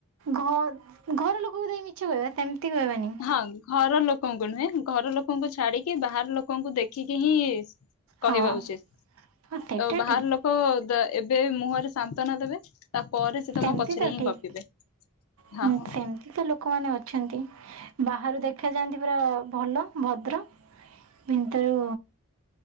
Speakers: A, on the right; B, on the left.
A: ଘ- ଘର ଲୋକକୁ ଯାଇ ମିଛ କହିବା ସେମିତି କହିବାନି।
B: ହଁ ଘର ଲୋକଙ୍କୁ ନୁହେଁ, ଘର ଲୋକଙ୍କୁ ଛାଡିକି ବାହାର ଲୋକଙ୍କୁ ଦେଖିକି ହିଁ କହିବା
A: ହଁ
B: ଉଚିତ୍
A: ହଁ ସେଇଟା
B: ତ ବାହାର
A: ଠିକ୍
B: ଲୋକ ଏବେ ମୁହଁରେ ସାନ୍ତନା ଦେବେ। ତାପରେ ସେ ତମ
A: ସେମିତି
B: ପଛରେ
A: ତ
B: ହିଁ
A: ଠିକ୍
B: ଗପିବେ।
A: ହୁଁ
B: ହଁ ହଁ
A: ସେମିତି ତ ଲୋକମାନେ ଅଛନ୍ତି। ବାହାରୁ ଦେଖାଯାଆନ୍ତି ପୁରା ଭଲ ଭଦ୍ର। ଭିତରୁ